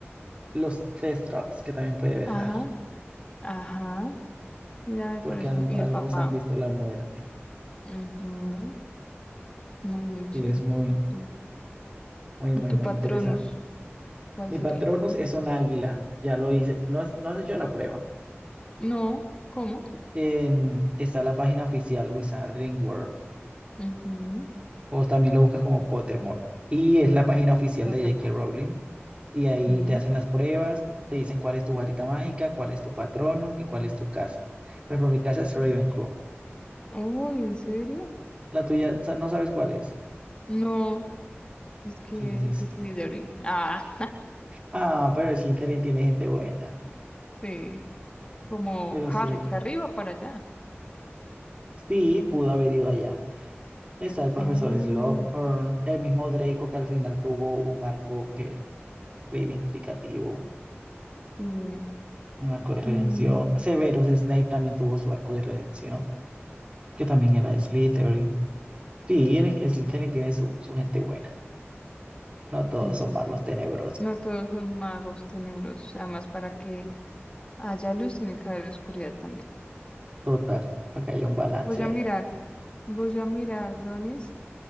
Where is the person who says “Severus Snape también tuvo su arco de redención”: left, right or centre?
Right